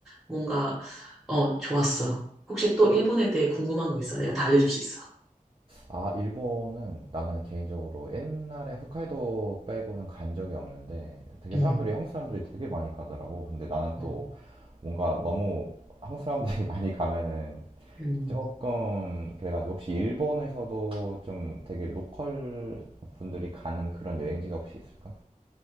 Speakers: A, in the centre; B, on the right.
A: 뭔가 어 좋았어. 혹시 또 일본에 대해 궁금한 거 있어? 내가 다 알려줄 수 있어.
B: 아, 일본은 나는 개인적으로 옛날에 홋카이도 빼고는 간 적이 없는데 되게
A: 음.
B: 사람들이 한국 사람들이 되게 많이 가더라고. 근데 나는
A: 음.
B: 또 뭔가 너무 한국 사람들이 <laughs> 많이 가면은
A: 음.
B: 조금 그래가지고 혹시 일본에서도 좀 되게 로컬 분들이 가는 그런 여행지가 혹시 있을까?